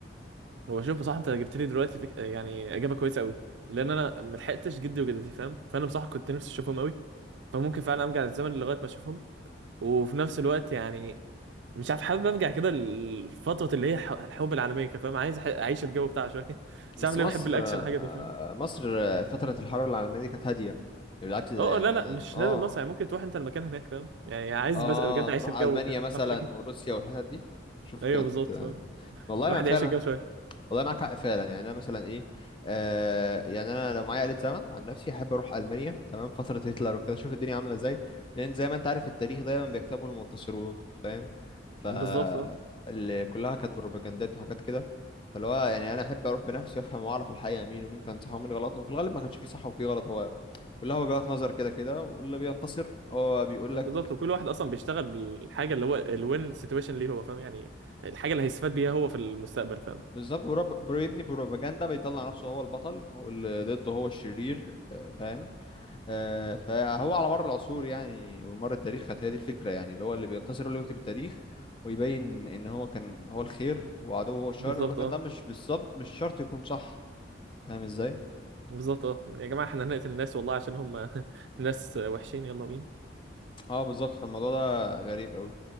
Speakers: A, on the right (about 70°); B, on the left (about 25°).
A: وبشوف بصراحه انت جبت لي دلوقتي فك... يعني اجابه كويسه قوي لان
B: مم.
A: انا ما لحقتش جدي وجدتي فاهم فانا بصراحه كنت نفسي اشوفهم قوي فممكن فعلا ارجع للزمن لغايه ما اشوفهم وفي نفس الوقت يعني مش عارف حابب ارجع كده لفتره اللي هي ح- الحروب العالميه كده، فاهم عايز أح- اعيش الجو بتاعها شويه <laughs> مش
B: بس
A: عارف ليه
B: مصر
A: بحب الاكشن
B: آه،
A: حاجه دي فاهم
B: مصر آه، فترة الحرب العالمية دي كانت هادية يعني، بالعكس ده
A: اه
B: يعني
A: آه، لا
B: إيه
A: لا
B: ده
A: مش
B: اه
A: لازم مصر يعني ممكن تروح انت المكان هناك فاهم يعني عايز
B: اه
A: بس بجد
B: تروح
A: عايش الجو
B: ألمانيا
A: كده مش
B: مثلا
A: عارف ليه
B: وروسيا والحتت دي
A: <laughs>
B: شوف
A: ايوه
B: كانت
A: بالظبط
B: آه،
A: فاهم
B: والله
A: الواحد
B: ما فعلا
A: يعيش الجو شويه
B: والله معاك حق فعلا يعني انا مثلا ايه آه يعني انا لو معايا آلة زمن عن نفسي احب اروح المانيا تمام فترة هتلر وكده اشوف الدنيا عاملة ازاي لان زي ما انت عارف التاريخ دايما بيكتبه المنتصرون فاهم ف
A: بالظبط اه
B: اللي كلها كانت بروباجندات وحاجات كده فاللي هو يعني انا احب اروح بنفسي وافهم واعرف الحقيقة مين ومين كان صح ومين غلط وفي الغالب ما كانش فيه صح وفيه غلط هو كلها وجهات نظر كده كده واللي بينتصر هو بيقول
A: بالظبط
B: لك
A: وكل واحد اصلا بيشتغل بالحاجه اللي هو الوين سيتويشن ليه هو فاهم يعني الحاجه اللي هيستفاد بيها هو في المستقبل فاهم
B: بالظبط برب- بيبني بروباجندا بيطلع نفسه هو البطل هو اللي ضده هو الشرير آه، فاهم آه، فهو على مر العصور يعني ومر التاريخ كانت هي دي الفكرة يعني اللي هو اللي بينتصر هو اللي يكتب التاريخ ويبين ان هو كان هو الخير وعدوه هو الشر
A: بالظبط
B: يقول لك
A: اه
B: ده مش بالظبط مش شرط يكون صح فاهم ازاي
A: بالظبط اه يا جماعه احنا هنقتل الناس والله عشان هم <laughs> ناس وحشين يلا بينا
B: اه بالظبط فالموضوع ده غريب قوي